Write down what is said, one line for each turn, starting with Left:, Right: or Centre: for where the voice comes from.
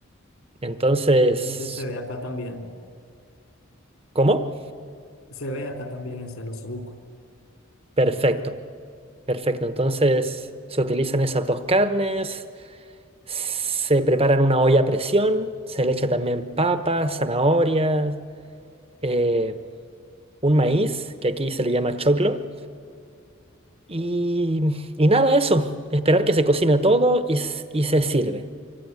Right: Entonces,
Left: Ese se ve acá también.
Right: ¿cómo?
Left: Se ve acá también ese, el osobuco.
Right: Perfecto, perfecto. Entonces, se utilizan esas dos carnes, se prepara en una olla a presión, se le echa también papas, zanahorias, eh, un maíz, que aquí se le llama choclo. Y, y nada, eso. Esperar que se cocina todo y s- y se sirve.